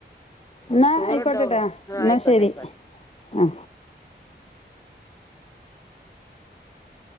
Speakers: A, on the left; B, on the left.
A: ഹ്
B: എന്നാ
A: ചോറണ്ടാവും
B: ആയിക്കോട്ടെട്ടാ
A: ആഹ്
B: എന്നാ
A: ആയിക്കോട്ടെ
B: ശരി
A: ആയിക്കോട്ടെ
B: ആ
A: <inaudible>